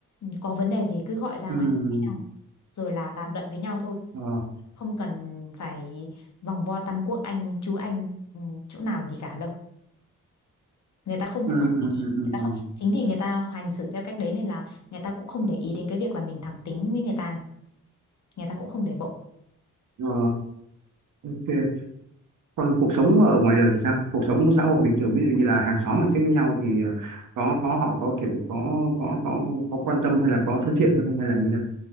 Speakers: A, on the left; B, on the right.
A: Có vấn đề gì cứ gọi ra
B: ừ,
A: nói thẳng với nhau, rồi là bàn luận với nhau thôi,
B: ờ,
A: không cần phải vòng vo tam quốc anh chú anh ừ, chỗ nào gì cả đâu. Người ta không
B: ừ,
A: cũng không
B: ừ,
A: để
B: ừ,
A: ý, người
B: ừ,
A: ta
B: ừ.
A: không, chính vì người ta hành xử theo cách đấy nên là người ta cũng không để ý đến cái việc là mình thẳng tính với người ta, người ta cũng không để bụng.
B: Ờ, ok còn cuộc sống ở ngoài đời thì sao cuộc sống xã hội bình thường ví dụ như là hàng xóm hàng xếp với nhau thì ờ, có có họ có kiểu có có có có quan tâm hay là có thân thiện hay không hay là như nào